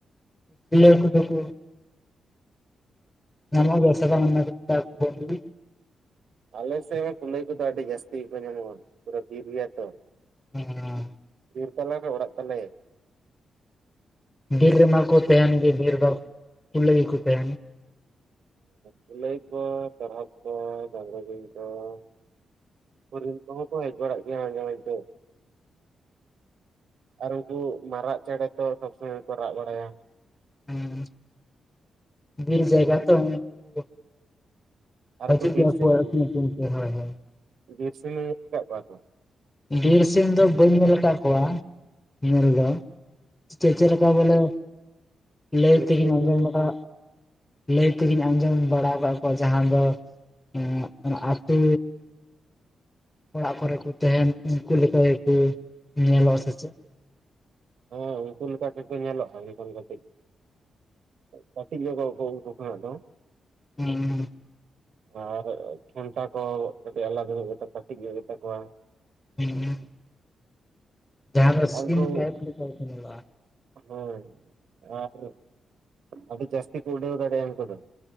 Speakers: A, on the left (about 15°); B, on the right (about 70°).
A: ᱠᱩᱞᱟᱹᱭ ᱠᱚᱫᱚ ᱠᱚ ᱧᱚᱢᱚᱜ ᱜᱮᱭᱟ ᱥᱮ ᱵᱟᱝ <unintelligible> ᱠᱚ ᱞᱟᱹᱜᱤᱫ?
B: ᱟᱞᱮ ᱥᱮᱫ ᱠᱩᱞᱟᱹᱭ ᱠᱚᱫᱚ ᱟᱹᱰᱤ ᱡᱟᱹᱥᱛᱤ ᱜᱮᱠᱚ ᱧᱟᱢᱚᱜᱼᱟ, ᱯᱩᱨᱟᱹ ᱵᱤᱨ ᱜᱮᱭᱟ ᱛᱚ ᱾
A: ᱦᱮᱸᱻ
B: ᱵᱤᱨ ᱛᱟᱞᱟ ᱨᱮ ᱚᱲᱟᱜ ᱛᱟᱞᱮ ᱾
A: ᱵᱤᱨ ᱨᱮᱢᱟ ᱠᱚ ᱛᱟᱦᱮᱱ ᱜᱮ, ᱵᱤᱨ ᱫᱚ ᱠᱩᱞᱟᱹᱭ ᱠᱚ ᱛᱟᱦᱮᱱ ᱾
B: ᱠᱩᱞᱟᱹᱭ ᱠᱚ, ᱛᱚᱨᱦᱚᱫ ᱠᱚ, ᱡᱟᱸᱵᱲᱩ ᱵᱤᱧ ᱠᱚ ᱾ ᱦᱚᱨᱤᱱ ᱠᱚᱦᱚᱸ ᱠᱚ ᱦᱮᱡ ᱵᱟᱲᱟᱜ ᱜᱮᱭᱟ ᱢᱟᱡᱷᱮ ᱢᱚᱫᱫᱷᱮ ᱾ ᱟᱨ ᱩᱱᱠᱩ ᱢᱟᱨᱟᱜ ᱪᱮᱬᱮ ᱛᱚ ᱥᱚᱵ ᱥᱚᱢᱚᱭ ᱠᱚ ᱨᱟᱜ ᱵᱟᱲᱟᱭᱟ ᱾
A: ᱦᱩᱸ ᱵᱤᱨ ᱡᱟᱭᱜᱟ ᱛᱚ ᱩᱱᱠᱩ
B: ᱟᱨ
A: ᱦᱟᱹᱡᱩᱜ
B: ᱩᱱᱠᱩ ᱵᱤᱨ
A: ᱜᱮᱭᱟ
B: ᱥᱤᱢ
A: ᱠᱚ ᱟᱹᱛᱤᱧ ᱟᱹᱛᱤᱧ ᱛᱮ, ᱦᱳᱭ ᱦᱳᱭ ᱾
B: ᱵᱤᱨ ᱥᱤᱢ ᱧᱮᱞ ᱠᱟᱫ ᱠᱚᱣᱟ ᱛᱚ?
A: ᱵᱤᱨ ᱥᱤᱢ ᱫᱚ ᱵᱟᱹᱧ ᱧᱮᱞ ᱟᱠᱟᱫ ᱠᱚᱣᱟ ᱧᱮᱞ ᱫᱚ ᱾ ᱪᱮᱼᱪᱮᱫ ᱞᱮᱠᱟ ᱵᱚᱞᱮ ᱞᱟᱹᱭ
B: ᱵᱤᱨ
A: ᱛᱮᱜᱤᱧ
B: ᱥᱤᱢ
A: ᱟᱡᱚᱢ
B: ᱦᱚᱸ
A: ᱵᱟᱲᱟ ᱞᱟᱹᱭ ᱛᱮᱜᱤᱧ ᱟᱸᱡᱚᱢ ᱵᱟᱲᱟ ᱠᱟᱫ ᱠᱚᱣᱟ ᱡᱟᱦᱟᱸ ᱫᱚ ᱮᱸ ᱚᱱᱟ ᱟᱹᱛᱩ ᱚᱲᱟᱜ ᱠᱚᱨᱮ ᱠᱚ ᱛᱟᱦᱮᱱ ᱩᱱᱠᱩ ᱞᱮᱠᱟ ᱜᱮᱠᱚ ᱧᱮᱞ ᱟᱜ ᱥᱮᱪᱮᱫ?
B: ᱦᱮᱸ ᱩᱱᱠᱩ ᱞᱮᱠᱟ ᱜᱮᱠᱚ ᱧᱮᱞᱚᱜ-ᱟ ᱢᱮᱱ ᱠᱷᱚᱱ ᱠᱟᱹᱴᱤᱡ ᱠᱟᱹᱴᱤᱡ ᱧᱚᱜ ᱩᱱᱠᱩ ᱠᱷᱚᱱᱟ ᱫᱚ᱾
A: ᱦᱩᱸ
B: ᱟᱨ ᱴᱷᱮᱱᱴᱟ ᱠᱚ ᱠᱟᱹᱴᱤᱡ ᱟᱞᱟᱫᱟ ᱠᱟᱹᱴᱤᱡ ᱧᱚᱜ ᱜᱮᱛᱟ ᱠᱚᱣᱟ
A: ᱦᱩᱸ ᱡᱟᱦᱟᱸ ᱫᱚ ᱥᱤᱢ
B: ᱩᱱᱠᱩ
A: ᱴᱟᱭᱤᱯ ᱞᱮᱠᱟ ᱜᱮᱠᱚ ᱧᱮᱞᱚᱜ ᱟ
B: ᱦᱮᱸ ᱟᱨ ᱟᱹᱰᱤ ᱡᱟᱹᱥᱛᱤ ᱠᱚ ᱩᱰᱟᱹᱣ ᱫᱟᱲᱮᱭᱟ-ᱟ ᱩᱱᱠᱩ ᱫᱚ